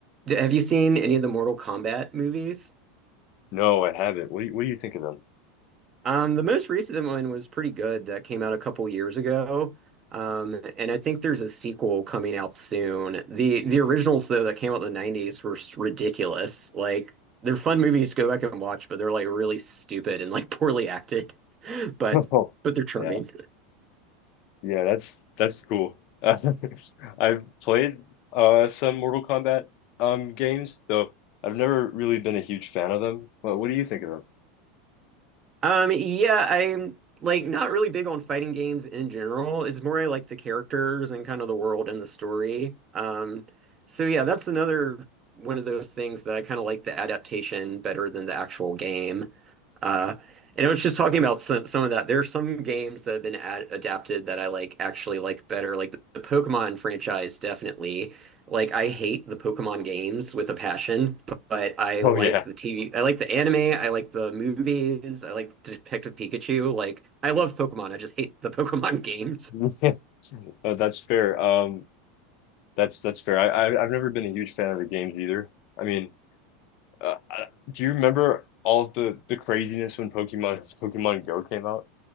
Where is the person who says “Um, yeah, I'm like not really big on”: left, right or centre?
Right